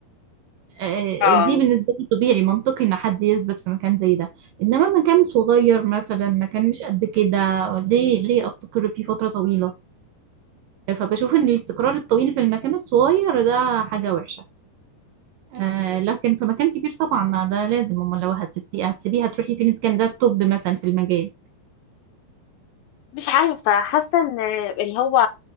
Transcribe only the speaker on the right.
آه،
دي بالنسبة لي طبيعي منطقي إن حد يثبت في مكان زي ده إنما مكان صغير مثلا مكان مش قد كده ليه ليه أستقر فيه فترة طويلة فبشوف إن الاستقرار الطويل في المكان الصغير ده حاجة وحشة آه لكن في مكان كبير طبعا ما ده لازم امال لو هتسيبتي هتسيبيها تروحي فين اذا كان ده الطب مثلا في المجال